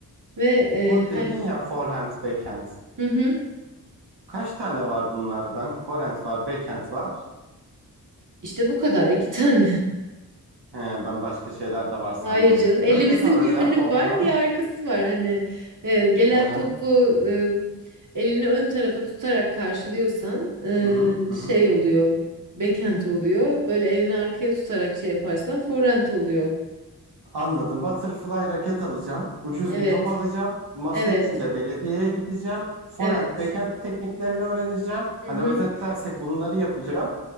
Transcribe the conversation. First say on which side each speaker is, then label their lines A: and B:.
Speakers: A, on the right; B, on the right.
A: Ve eee,
B: Bu dedin
A: her...
B: ya forehand, backhand.
A: Hı hı.
B: Kaç tane var bunlardan? Forehand var, backhand var.
A: İşte bu kadar iki tane.
B: He, ben başka şeyler de var sandım.
A: Hayır canım. Elimizin
B: Raket alacağım.
A: bir önü
B: O
A: var,
B: hı hı
A: bir arkası var. Hani e, gelen
B: hı hı.
A: topu e, elini ön tarafa tutarak karşılıyorsan e,
B: Hı hı, hı hı.
A: şey oluyor. Backhand oluyor. Böyle elini arkaya tutarak şey yaparsan forehand oluyor.
B: Anladım. Butterfly raket alacağım. Ucuz
A: Evet.
B: bir top alacağım. Masa
A: Evet.
B: içinde belediyeye gideceğim. Forehand,
A: Evet.
B: backhand tekniklerini öğreneceğim.
A: Hı
B: Hani
A: hı.
B: özetlersek bunları yapacağım.